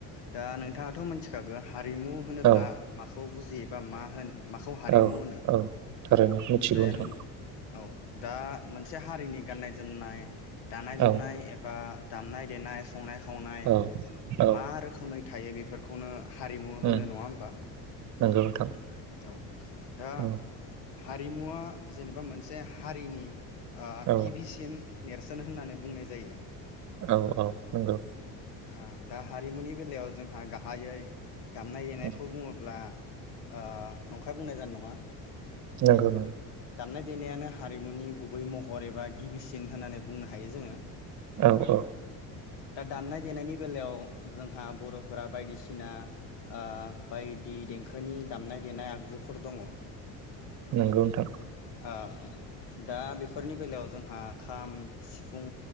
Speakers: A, on the left; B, on the right.
A: दा नोंथाङाथ' मिथिखागोन हारिमु होनोब्ला
B: औ
A: माखौ बुजि जि बा मा होनो माखौ हारिमु
B: औ
A: होनो
B: औ थारैनो मिथिगौ
A: जेन
B: नोंथां
A: औ दा मोनसे हारिनि गाननाय जोमनाय दानाय लुनाय
B: औ
A: एबा दामनाय देनाय संनाय खावनाय
B: औ औ
A: मा रोखोमै थायो बेफोरखौनो हारिमु होनो
B: उम
A: नंङा होमबा
B: नंगौ नोंथां
A: औ दा
B: औ
A: हारिमुवा जेनेबा मोनसे हारिनि ओ
B: औ
A: गिबिसिन नेरसोन होननानै बुंनाय जायो
B: औ औ नंगौ।
A: ओ दा हारिमुनि बेलायाव जोंहा गाहायै दामनाय
B: उम
A: देनायखौ बुंङोब्ला ओ नंखाय बुंनाय जानाय नंङा
B: नोंंगौ नंगौ।
A: दामनाय देनायानो हारिमुनि गुबै महर एबा गिबिसिन होननानै बुंनो हायो जोङो
B: औ औ
A: दा दाननाय देनायनि बेलायाव जोंहा बर'फोरा बायदिसिना ओ बायदि देंखोनि दामनाय देनाय आगजुफोर दङ।
B: नोंगौ नोंथां
A: ओ दा बेफोरनि बेलायाव जोंहा खाम सिफुं